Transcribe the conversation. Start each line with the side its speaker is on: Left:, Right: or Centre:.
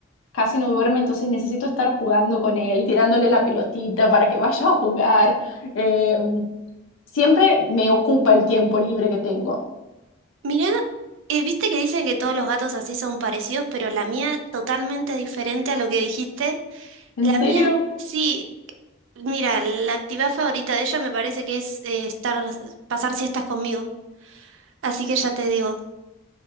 Left: casi no duerme, entonces necesito estar jugando con él, tirándole la pelotita para que vaya a jugar. Eh, siempre me ocupa el tiempo libre que tengo.
Right: Mirá, eh, viste que dicen que todos los gatos así son parecidos, pero la mía totalmente diferente a lo que dijiste.
Left: ¿En
Right: La
Left: serio?
Right: mía, sí, mira, la actividad favorita de ella me parece que es eh, estar, pasar siestas conmigo. Así que ya te digo,